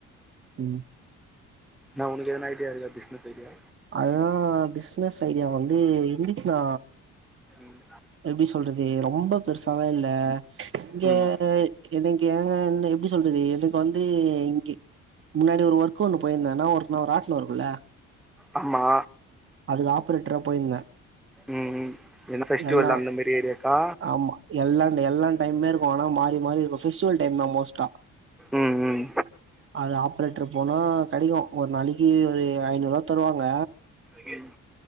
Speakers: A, on the right; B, in the centre.
A: ம்
B: நா உனக்கு ஏதுனா ஐடியா இருக்கா பிசினஸ் ஐடியா
A: அததா பிசினஸ் ஐடியா வந்து இந்திசுனா
B: ம்
A: எப்படி சொல்றது ரொம்ப பெருசாலா இல்ல இங்க
B: ம்
A: என்னை ஏங்க என்ன எப்டி சொல்றது எனக்கு வந்து இங்க முன்னாடி ஒரு ஒர்க் ஒண்ணு போயிருந்த என்னா ஒர்க்னா ராட்டின இருக்குல்ல
B: ஆமா
A: அதுக்கு ஆப்பரேட்டரா போயிருந்த
B: ம் என்ன ஃபெஸ்டிவல்
A: எல்லா
B: அந்த மாரி ஏரியாக்கா
A: ஆமா எல்லா எல்லா டைம் இரு னா மாறி மாறி இருக்கு பெஸிவல் டை தா மோஸ்டா
B: ம் ம்
A: அது ஆப்ரேட்டர் போனா கெடைக்கு ஒரு நாளைக்கு ஒரு ஐநூறுவா தருவாங்க
B: ம்